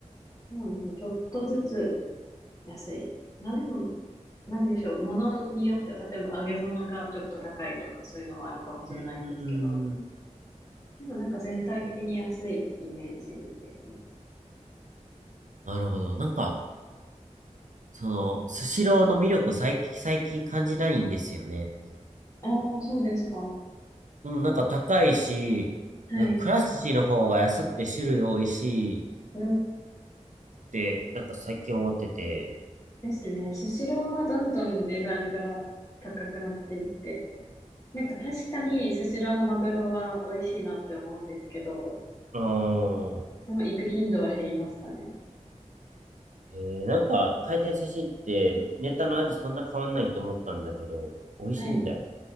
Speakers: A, on the left; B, on the right.
A: そうですね。ちょっとずつ安い。まあでも、なんでしょう。ものによっては、例えば揚げ物がちょっと高いとか、そういうのはあるかもしれないんですけど、
B: うーん。
A: でもなんか全体的に安いイメージですね。
B: なるほど。なんか、その、スシローの魅力最近、最近感じないんですよね。
A: ああ、そうですか。は
B: うん、なんか高いし、うんかくら寿司の方が安くて種類多いし、
A: い。うん。
B: って、なんか最近思ってて。
A: ですね。スシローはどんどん値段が高くなっていって、なんか確かにスシローのマグロは美味しいなって思うんですけど、
B: うーん。
A: でも行く頻度は減りましたね。
B: えー、なんか、回転寿司ってネタの味そんな変わんないと思ったんだけど、美味しいんだよ。
A: はい。